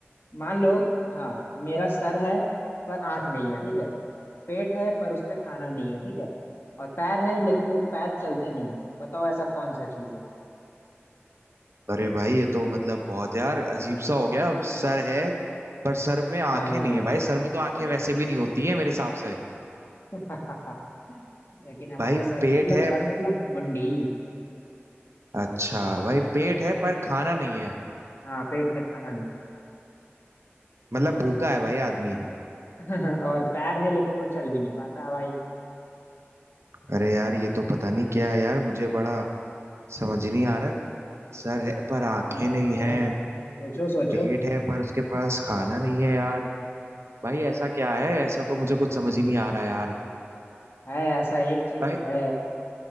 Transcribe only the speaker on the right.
अरे भाई ये तो मतलब बहुत यार अजीब सा हो गया सर है पर सर में आंखें
नहीं है भाई सर में तो आंखें वैसे भी नहीं होती हैं मेरे हिसाब से
भाई
पेट
है
अच्छा भाई पेट है पर खाना नहीं है
मतलब भूखा है भाई आदमी
अरे यार ये तो पता नहीं क्या है यार मुझे बड़ा समझ नहीं आ रहा है सर है पर आंखें
नहीं
हैं
पेट है पर उसके पास खाना नहीं है यार भाई ऐसा क्या है ऐसा तो मुझे कुछ समझ ही नहीं आ रहा यार
भाई